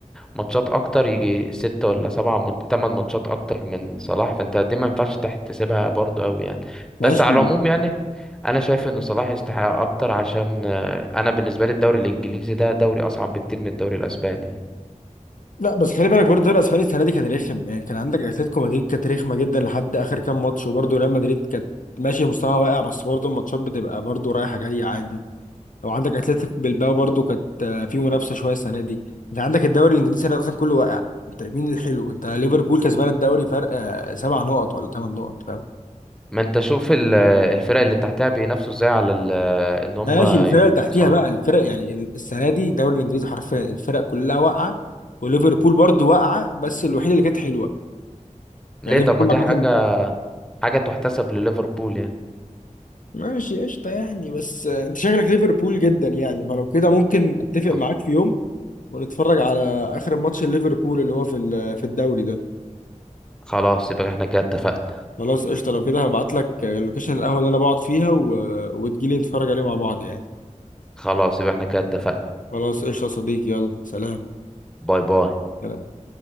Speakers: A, in the centre; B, on the left.
A: ماتشات اكتر يجي ستة ولا سبعة مات... تمن ماتشات اكتر من صلاح فانت دي ما ينفعش تحتسبها برضه قوي يعني
B: ماشي
A: بس على العموم يعني انا شايف ان صلاح يستحق اكتر عشان آه، انا بالنسبة لي الدوري الانجليزي ده دوري اصعب بكتير من الدوري الاسباني
B: لا بس خلي بالك برضه الدوري الاسباني السنه دي كان رخم يعني كان عندك اتلتيكو مدريد كانت رخمه جدا لحد اخر كام ماتش وبرضه ريال مدريد كانت ماشي مستوى واقع بس برضه الماتشات بتبقى برضه رايحه جايه عادي لو عندك اتلتيك بلباو برضه كانت آه، في منافسه شويه السنه دي انت عندك الدوري الانجليزي السنة دي اصلا كله واقع انت مين الحلو انت ليفربول كسبان الدوري فرق آه، سبع نقط ولا ثمان نقط فاهم
A: ما انت شوف ال- الفرق اللي تحتها بينافسوا ازاي على ال... ان هم
B: ماشي الفرق اللي تحتيها
A: يصعدوا
B: بقى الفرق يعني السنه دي الدوري الانجليزي حرفيا الفرق كلها واقعه وليفربول برضه واقعه بس الوحيده اللي كانت حلوه
A: ليه
B: يعني ليفربول
A: طب ما دي
B: عامة
A: حاجة حاجة تحتسب لليفربول يعني
B: ماشي قشطة يعني بس آه، انت شكلك ليفربول جدا يعني فلو كده ممكن اتفق معاك
A: أ-
B: في يوم ونتفرج على اخر ماتش ليفربول اللي هو في ال- في الدوري ده
A: خلاص يبقى احنا كده اتفقنا
B: خلاص قشطة لو كده هبعت لك آه، لوكيشن القهوة اللي انا بقعد فيها و... وتجيلي نتفرج عليه مع بعض يعني
A: خلاص يبقى احنا كده اتفقنا
B: خلاص قشطة يا صديقي يلا سلام
A: باي باي
B: سلام.